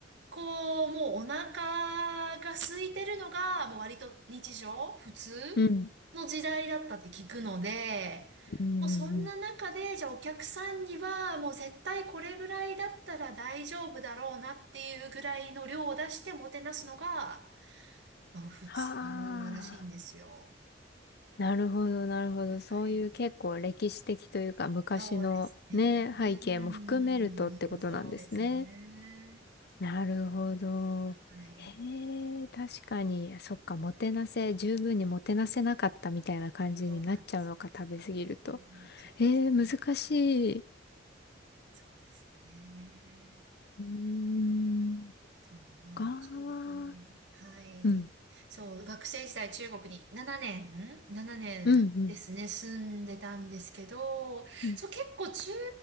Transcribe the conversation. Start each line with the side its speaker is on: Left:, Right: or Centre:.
Right: こう、もうお腹が空いてるのが、もう割と日常、普通の時代だったって聞くので、
Left: うん。うん。うんうん
Right: もうそんな中で、じゃあお客さんには、もう絶対これぐらいだったら大丈夫だろうなっていうぐらいの量を出してもてなすのが、あ、普通
Left: は
Right: らしいんですよ。
Left: あ。なるほど、なるほど。そういう結構歴史的というか昔のね、
Right: はい。そうですね。
Left: 背景も含めるとってことなんですね。
Right: うん、そうですね。
Left: なるほど。
Right: はい。
Left: へえ、確かに、そっか、もてなせ、十分にもてなせなかったみたいな感じになっちゃうのか、
Right: そうなんですよ。
Left: 食べ過ぎると。
Right: うん、そうですね。
Left: ええ、難しい。
Right: そうですね。
Left: うーん、
Right: そう、まあ、
Left: かー、
Right: 中国に、はい。
Left: うん、
Right: そう、学生時代中国に7年、7年ですね、
Left: うん、うん、
Right: 住んでたんですけど、
Left: うん、
Right: そう、結構中